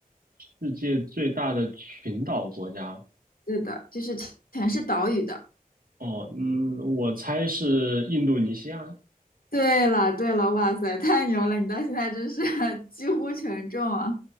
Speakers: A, on the right; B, on the left.
A: 世界最大的群岛国家。
B: 对的，就是全是岛屿的。
A: 哦，嗯，我猜是印度尼西亚。
B: 对了，对了，哇塞，太牛了！你到现在真是 <laughs> 几乎全中啊，